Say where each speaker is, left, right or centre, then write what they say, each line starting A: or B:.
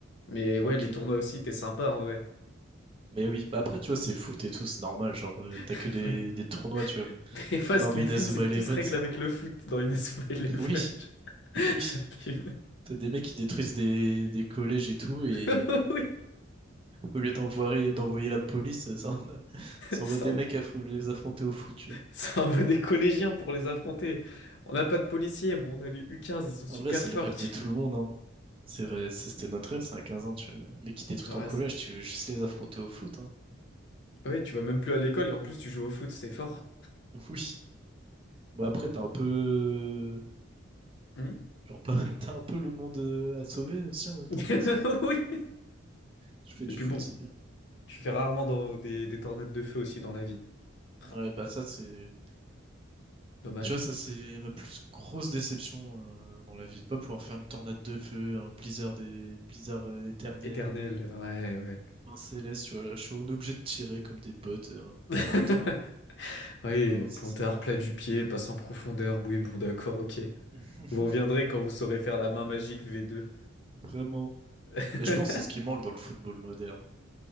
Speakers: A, on the left; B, on the right.
A: Mais
B: Non,
A: ouais,
B: quel
A: les tournois
B: animé.
A: aussi étaient sympas en vrai.
B: Mais oui, bah après, tu vois, c'est foot et tout, c'est normal. Genre, euh, t'as
A: <laughs>
B: que des, des tournois, tu vois.
A: Mais, mais moi, ce
B: Non,
A: qui
B: mais
A: me
B: Inazuma
A: fume, c'est que
B: Eleven,
A: tout se règle
B: c'est
A: avec
B: un.
A: le foot dans Inazuma Eleven.
B: <laughs> Oui,
A: <laughs>
B: oui.
A: Ça me fume.
B: T'as des mecs qui détruisent des, des collèges et tout, et
A: <laughs> Oui,
B: au lieu d'envoyer d'envoyer la police, ça, <laughs> ça
A: c'est
B: envoie des
A: un,
B: mecs à fou- les affronter au foot, tu vois.
A: ça envoie des collégiens pour les affronter. On n'a pas de policiers, mais on a les u quinze ils sont super
B: En vrai, c'est
A: forts.
B: le rêve
A: <laughs> tu-
B: de tout le monde, hein. C'est vrai, c'était notre rêve, c'est à 15 ans, tu vois. Mais quitter tout
A: Ouais,
B: ton collège,
A: c'est-
B: tu veux juste les affronter au foot, hein.
A: ouais, tu vas même plus à l'école et en plus tu joues au foot, c'est fort.
B: <laughs> Oui. Bah après, t'as un peu...
A: Hmm
B: Genre, pas- <laughs> t'as un peu le monde euh, à sauver aussi en même temps,
A: <laughs>
B: mais ça, c'est-
A: Oui.
B: tu fais du
A: Et puis
B: foot,
A: bon,
B: c'est bien.
A: Tu fais rarement dans- des, des tornades de feu aussi dans la vie. Ah,
B: Ouais, bah ça, c'est...
A: Dommage.
B: Tu vois, ça, c'est ma plus grosse déception euh, dans la vie. de Pas pouvoir faire une tornade de feu, un blizzard, des... blizzard euh, éternel,
A: Éternel,
B: euh,
A: ouais, ouais.
B: main céleste, tu vois. Là, je suis on est obligé de tirer comme des bottes, euh, un
A: <laughs>
B: pointard.
A: Oui,
B: Ah non, ça,
A: pointard,
B: c'est énervant.
A: plat du pied, passe en profondeur. Oui, bon, d'accord, ok.
B: <laughs>
A: Vous reviendrez quand vous saurez faire la main magique V2.
B: Vraiment.
A: <laughs>
B: Mais je pense que c'est ce qui manque dans le football moderne.